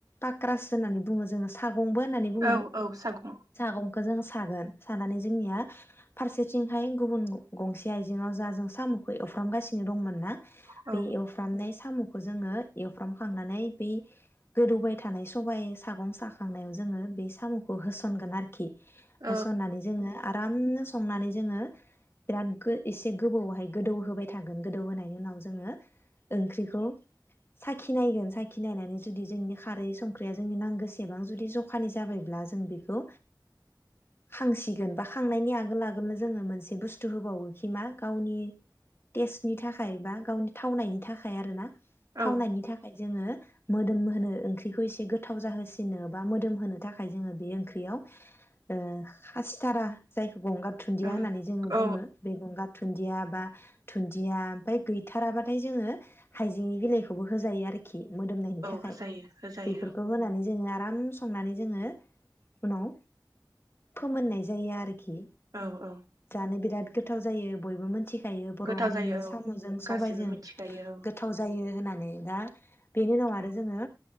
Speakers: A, on the left; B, on the right.
A: पक्रास होननानै बुङो जोङो स गंबो होननानै बुङो
B: औ औ सागं
A: खमखौ जों सागोन सानानै जोंनिया फारसेथिंहाय गुबुन गंसे आइजेंआव जा जों साम'खौ एवफ्रामगासिनो दंमोन ना
B: औ
A: बे एवफ्रामनाय साम'खौ जोङो एवफ्रामखांनानै बै गोदौबाय थानाय सबायाइ सागं साखांनायाव जोङो बे साम'खौ होस सनगोन आरोखि
B: औ
A: होसननानै जोङो आरामनो संनानै जोंङो बिराद गो एसे गोबौआवहाय गोदौ होबाय थागोन गोदौहोनायनि उनाव जोंङो ओंख्रिखौ साखि नायगोन साखि नायनानै जुदि जोंनि खारै संख्रिया जोंनि नांगोसेबां जुदि जखानि जाबायब्ला जों बे खौ खांसिगोन बा खांनायनि आगोल आगोलनो जोंङो मोनसे बुस्थु होबावोखि मा गावनि टेस्टनि थाखाय बा गावनि थावनायनि थाखाय आरो ना?
B: औ
A: थावनायनि थाखाय। जोंङो मोदोम होनो ओंख्रिखौ एसे गोथाव जाहोसिननो बा मोदोम होनो थाखाय जोंङो बे ओंख्रि बेयाव ओ खासिथारा जायखौ गंगार धुन्दिया
B: औ
A: होननानै जोंङो
B: औ
A: बुङो बे गंगार धुन्दिया बा दुन्दिया ओमफ्राय गैथाराबाथाय जोंङो हाइजेंनि बिलाइखौबो होजायो आरोखि। मोदोमनायनि थाखाय
B: होजायो होजायो
A: बेफोरखौ होनानै जोंङो आराम संनानै जोंङो उनाव फोमोननाय जायो आरोखि।
B: औ औ।
A: माने बिराद गोथाव जायो बयबो मोनथि खायो बर'
B: गोथाव
A: हारिनि
B: जायो
A: साम'जों
B: औ गासिबो
A: सबाइजों
B: मिथिखायो
A: गोथाव जायो। होनानै दा बेनि उनाव आरो
B: औ
A: जोंङो